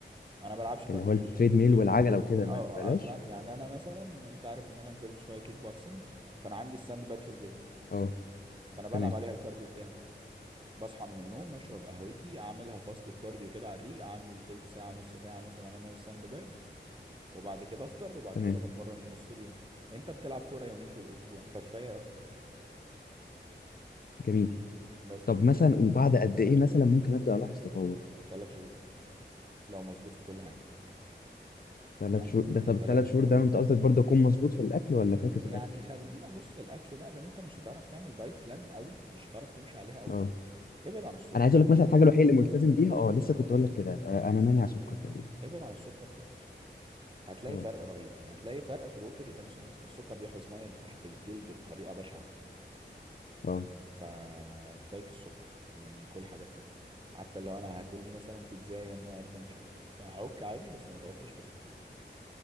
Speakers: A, on the right (about 25°); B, on the left (about 55°).
A: انا بلعبش كارديو
B: اللي هو التريد
A: في الجيم خالص
B: ميل والعجله وكده ما
A: اه
B: بلاش
A: آه، اصلا يعني انا مثلا انت عارف ان انا نزلت شويه كيك بوكسنج فانا عندي الساند باك في البيت
B: اه
A: فانا بلعب
B: تمام
A: عليها الكارديو بتاعي بصحى من النوم اشرب قهوتي اعملها فاستة كارديو كده على الريق اعمل تلت ساعة نص ساعة مثلا انا والساند باج وبعد كده افطر وبعد
B: تمام
A: كده بتمرن في نص اليوم انت بتلعب كورة يومين في الاسبوع فكفاية اهو
B: جميل
A: بس
B: طب مثلا
A: يعني
B: وبعد قد ايه مثلا ممكن ابدا الاحظ تطور
A: ثلاث شهور لو مظبوط في كل حاجة
B: ثلاث
A: يعني
B: شهور ده طب
A: ثلاث
B: ثلاث
A: شهور
B: شهور ده انت قصدك برضه اكون مظبوط في الاكل ولا فاكس
A: يعني
B: الاكل
A: خلينا بص الاكل ده ده انت مش هتعرف تعمل دايت بلان قوي مش هتعرف تمشي عليها قوي
B: اه
A: ابعد عن السكر
B: انا عايز اقول لك مثلا الحاجه الوحيده اللي ملتزم بيها اه لسه كنت اقول لك كده
A: no.
B: آه، انا مانع سكر تقريبا
A: ابعد عن السكر خالص هتلاقي
B: اه
A: فرق رهيب يعني هتلاقي فرق في الوتر ريتنشن اصلا السكر بيحبس ميه تحت الجلد بطريقه بشعه
B: اه
A: ففاك السكر يعني كل حاجات تانية حتى لو انا هاكل لي مثلا بيتزاية النهارده مش عارف ايه بتاع عك عادي بس ما تعكش في سكر